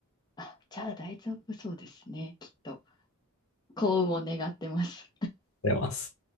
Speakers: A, on the left; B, on the left.
A: あ、じゃあ大丈夫そうですね、きっと。幸運を願ってます。
B: ありがとうございます。